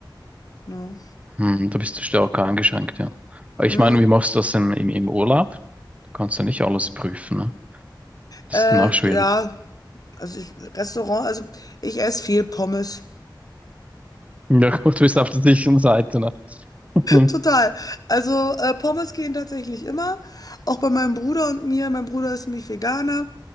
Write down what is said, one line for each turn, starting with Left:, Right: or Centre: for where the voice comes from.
Left: Ja.
Right: Hm, da bist du stärker eingeschränkt, ja. Aber
Left: Mm.
Right: ich meine, wie machst du das im, im, im Urlaub? Du kannst ja nicht alles prüfen, ne? Das
Left: Äh,
Right: ist dann auch schwierig.
Left: ja,
Right: <laughs>
Left: also ich, Restaurant, also ich esse viel Pommes.
Right: Ja, gut, du bist auf der sicheren Seite, ne? <laughs>
Left: Total. Also äh, Pommes gehen tatsächlich immer, auch bei meinem Bruder und mir. Mein Bruder ist nämlich Veganer